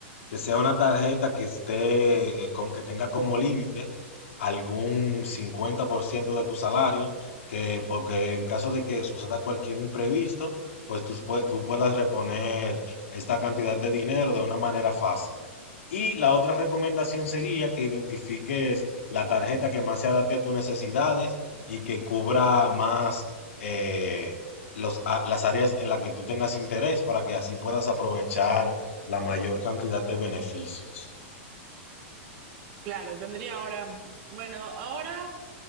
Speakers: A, on the left; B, on the right.
A: Que sea una tarjeta que esté, eh, con- que tenga como límite algún 50% de tu salario, que porque en caso de que suceda cualquier imprevisto, pues tú, pue- tú puedas reponer esta cantidad de dinero de una manera fácil. Y la otra recomendación sería que identifiques la tarjeta que más se adapte a tus necesidades y que cubra más eh, los, a- las áreas en las que tú tengas interés para que así puedas aprovechar la mayor cantidad de beneficios.
B: Claro, tendría ahora, bueno, ahora